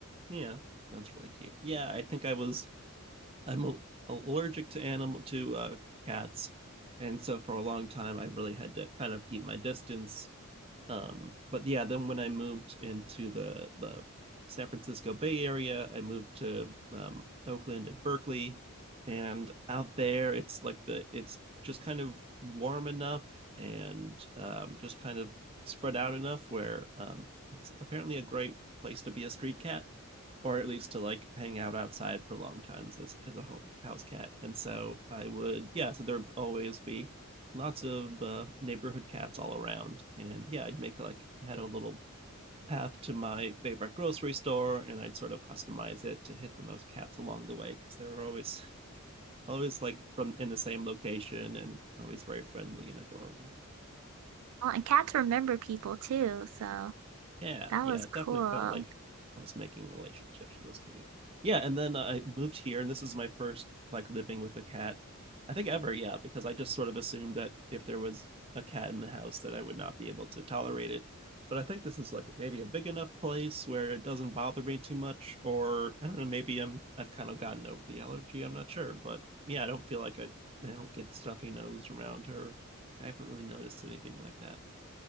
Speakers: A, on the right; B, on the right.
A: Yeah. That's really cute. Yeah, I think I was I'm a- allergic to animal to uh cats. And so for a long time I really had to kind of keep my distance Um, but yeah, then when I moved into the the San Francisco Bay Area, I moved to um, Oakland and Berkeley, and out there it's like the it's just kind of warm enough and um, just kind of spread out enough where um, it's apparently a great place to be a street cat or at least to like hang out outside for long times as as a home house cat. And so I would yeah, so there would always be lots of uh, neighborhood cats all around. And yeah, I'd make like I had a little path to my favorite grocery store and I'd sort of customize it to hit the most cats along the way because they were always <laughs> always like from in the same location and always very friendly and adorable.
B: Oh, and cats remember people too, so
A: Yeah,
B: that
A: yeah,
B: was
A: it definitely
B: cool.
A: felt like I was making relationships with those kitties. Yeah, and then I moved here, and this is my first like living with a cat, I think ever. Yeah, because I just sort of assumed that if there was a cat in the house, that I would not be able to tolerate it. But I think this is like maybe a big enough place where it doesn't bother me too much, or I don't know, maybe I'm I've kind of gotten over the allergy. I'm not sure, but yeah, I don't feel like I I don't get stuffy nose around her. I haven't really noticed anything like that.